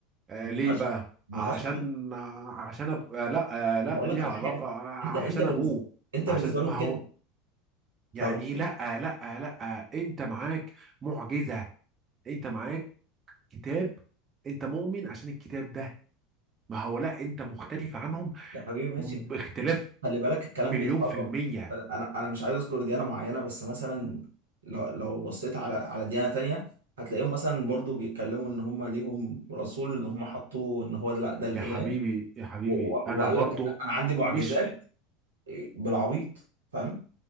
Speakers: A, on the right; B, on the right.
A: آه
B: ملهاش
A: ليه بقى
B: ملهاش
A: عشان
B: علاقه
A: عشان أبو... آه لا آه لا
B: هقول
A: ليها
B: لك على
A: علاقة
B: حاجه
A: آه عشان
B: انت انت بالنسبه
A: ابوه
B: انت
A: عشان
B: بالنسبه
A: ما
B: لهم
A: هو
B: كده فاهم
A: يعني
B: قصدي؟
A: ايه لا آه، لا آه، لا آه، انت معاك معجزة انت معاك كتاب انت مؤمن عشان الكتاب ده ما هو لا انت مختلف عنهم
B: يا حبيبي ماشي
A: باختلاف
B: خلي بالك الكلام
A: مليون
B: بيتحرر
A: في المية
B: انا انا مش عايز اذكر ديانه معينه بس مثلا لو لو بصيت على على ديانه تانية هتلاقيهم مثلا برضو بيتكلموا ان هم ليهم رسول اللي هم حطوه ان هو ده لا ده الاله
A: يا حبيبي يا حبيبي
B: و- و-
A: انا
B: وقال
A: برضو
B: لك انا عندي معجزات
A: مش
B: بالعبيط فاهم؟